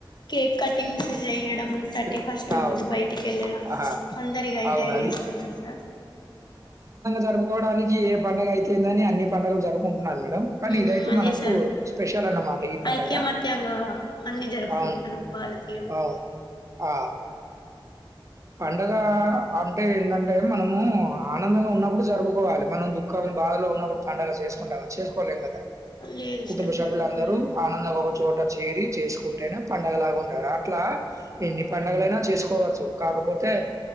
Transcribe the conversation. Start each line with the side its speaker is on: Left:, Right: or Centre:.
Left: కేక్ కటింగ్స్ చెయడం థర్టీ
Right: తి
Left: ఫస్ట్
Right: అవు
Left: రోజు బయటికి ఎళ్ళడం.
Right: ఆహా!
Left: అందరిగ
Right: అవును
Left: ఇదే
Right: అది.
Left: ఇస్తరు తెలుసా.
Right: జరుపుకోడానికి ఏ పండుగ అయితేందని అని. పండగలు జరుపుకున్. వున్నార్ మేడం కానీ
Left: మ్మ్
Right: ఇదైతే
Left: అదే
Right: మనకు
Left: సార్
Right: స్పెషల్ అన్నమాట ఈ పండగ.
Left: ఐక్యమత్యంగా అన్ని జరుపుకుంటాను
Right: అవున్
Left: భారతీయులు
Right: అవ్ ఆ. పండగ అంటే ఏందంటే మనము ఆనందంగా ఉన్నప్పుడు జరుపుకోవాలి మనం దుఃఖం బాధలో ఉన్ ఉన్నప్పుడు పడుగ సేసుకుంటావా చేసుకోలేం గదా
Left: లేదు
Right: కుటుంబ
Left: సార్
Right: సభ్యులు
Left: జరుపుకోలేదు
Right: అందరూ ఆనందంగా ఒక చోట్. ట్ట చేరి చేసుకుంటేనే పండగలాగా ఉంటద అట్లా ఎన్ని. పండగలైనా చేసుకోవచ్చు. కాకపోతే